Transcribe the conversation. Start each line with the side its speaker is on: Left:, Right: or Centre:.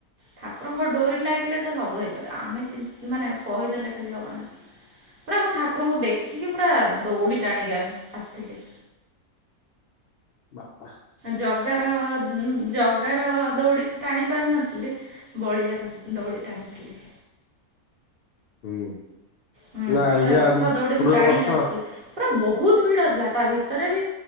Right: ଠାକୁରଙ୍କ ଡୋରି ଲାଗିଲେ ତ ସବୁ ହେଇପାରିବ, ଆମେ ଚି ମାନେ କହିଦେଲେ ଖାଲି ହବ ନାହିଁ। ପୁରା ମୁଁ ଠାକୁରଙ୍କୁ ଦେଖିକି ପୁରା ଦୌଡି ଟାଣିକି ଆନ ଆସିଥିଲି।
Left: ବା
Right: ଜଗାର ଜ ଜଗାର ଦୌଡ଼ିିକି ଟାଣି ପାରିନଥିଲି, ବଳିଆର ଦୌଡ଼ି ଟାଣିଥିଲି।
Left: ହୁଁ।
Right: ହୁଁ
Left: ନା
Right: ପୁରା
Left: ୟା
Right: ରଥ ଦୌଡ଼ି
Left: ପୂର୍ବ
Right: ମୁଁ ଟାଣିକି
Left: ବର୍ଷ
Right: ଆସିଥିଲି, ପୁରା ବହୁତ ଭିଡ ଥିଲା ତା ଭିତରେ ବି